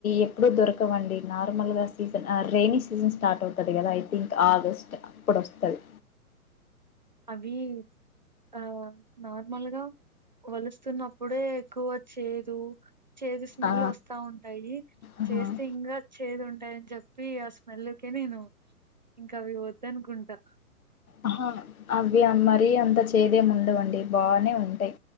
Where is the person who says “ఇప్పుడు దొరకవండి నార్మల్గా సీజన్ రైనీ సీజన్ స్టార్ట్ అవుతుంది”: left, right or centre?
Left